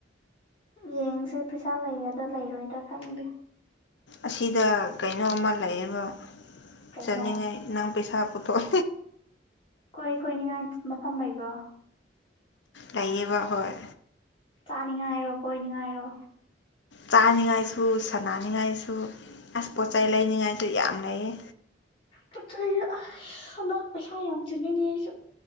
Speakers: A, on the left; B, on the left.
A: ꯌꯦꯡꯁꯦ ꯄꯩꯁꯥ ꯂꯩꯒꯗ ꯂꯩꯔꯣꯏꯗ꯭ꯔ ꯈꯪꯗꯦ
B: ꯑꯁꯤꯗ ꯀꯩꯅꯣꯝꯃ ꯂꯩꯌꯦꯕ
A: ꯀꯩꯅꯣ
B: ꯆꯥꯅꯤꯡꯉꯥꯏ ꯅꯪ ꯄꯩꯁꯥ ꯄꯨꯊꯣꯛ
A: ꯀꯣꯏ ꯀꯣꯏꯅꯤꯡꯉꯥꯏ ꯃꯐꯝ ꯂꯩꯕ꯭ꯔꯣ
B: ꯂꯩꯌꯦꯕ ꯍꯣꯏ
A: ꯆꯥꯅꯤꯡꯉꯥꯏꯔꯣ ꯀꯣꯏꯅꯤꯡꯉꯥꯏꯔꯣ
B: ꯆꯥꯅꯤꯡꯉꯥꯏꯁꯨ ꯁꯅꯅꯤꯡꯉꯥꯏꯁꯨ ꯑꯁ ꯄꯣꯠꯆꯩ ꯂꯩꯅꯤꯡꯉꯥꯏꯇꯨ ꯌꯥꯝ ꯂꯩꯌꯦ
A: ꯄꯣꯠꯆꯩ ꯑꯥꯏꯁ ꯍꯟꯗꯛ ꯄꯩꯁꯥ ꯌꯥꯝ ꯆꯤꯜꯂꯤꯅꯦ ꯑꯩꯁꯨ